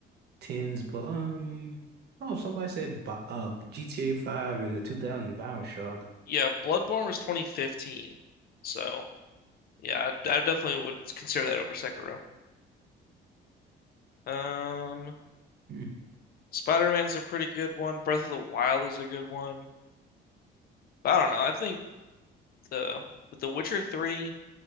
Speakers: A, on the right; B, on the left.
A: 10s, but um oh somebody said Bi- uh GTA 5 and the 2000 BioShock.
B: Yeah, Bloodborne was 2015. So, yeah, I, I definitely would consider that over Sekiro. Um,
A: Hmm.
B: Spider-Man's a pretty good one. Breath of the Wild is a good one. But I don't know. I think the The Witcher 3